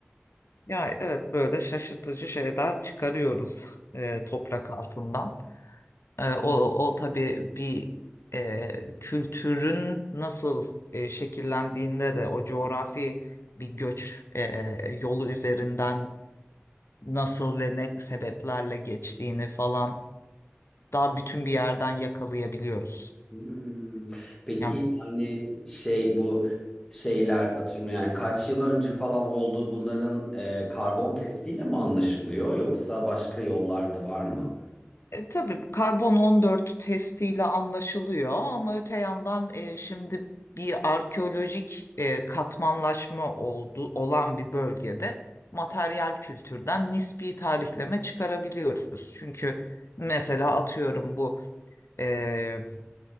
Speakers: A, on the left; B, on the left.
A: Ya evet böyle şaşırtıcı şeyler çıkarıyoruz e, toprak altından. E, o, o tabii bir e, kültürün nasıl e, şekillendiğinde de o coğrafi bir göç e, yolu üzerinden nasıl ve ne sebeplerle geçtiğini falan daha bütün bir yerden yakalayabiliyoruz.
B: Hmm. Peki
A: Yani
B: yani şey bu şeyler atıyorum yani kaç yıl önce falan olduğu bunların e, karbon testiyle mi anlaşılıyor yoksa başka yollar da var mı?
A: e, tabii karbon 14 testiyle anlaşılıyor ama öte yandan e, şimdi bir arkeolojik e, katmanlaşma oldu olan bir bölgede materyal kültürden nispi tarihleme çıkarabiliyoruz. Çünkü mesela atıyorum bu e,